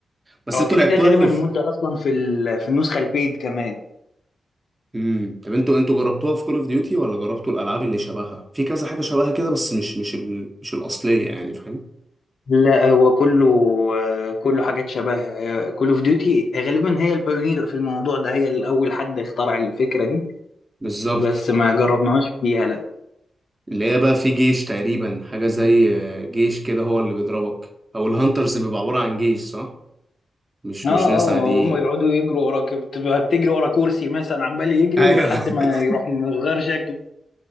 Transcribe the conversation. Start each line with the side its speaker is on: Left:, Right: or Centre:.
Right: بس
Left: هو
Right: انتوا
Left: كده
Right: لعبتوها
Left: كده غالبا
Right: اللي
Left: المود
Right: في
Left: ده اصلا في ال... في النسخه البيد كمان
Right: امم طب انتوا انتوا جربتوها في كول اوف ديوتي ولا جربتوا الالعاب اللي شبهها في كذا حاجه شبهها كده بس مش مش ال... مش الاصليه يعني فاهم
Left: لا هو كله آه، كله حاجات شبه كول اوف ديوتي غالبا هي البايونير في الموضوع ده هي الأول حد اخترع الفكرة دي
Right: بالظبط
Left: بس ما جربناهاش فيها لا
Right: اللي هي بقى في جيش تقريبا حاجه زي آه، جيش كده هو اللي بيضربك او الهانترز بيبقى عباره عن جيش صح مش
Left: اه
Right: مش
Left: اه
Right: ناس عاديين
Left: هم يقعدوا يجروا وراك بتبقى بتجري ورا كرسي مثلا عمال يجري
Right: ايوه
Left: ولحد
Right: <laughs>
Left: ما يروح مغير شكل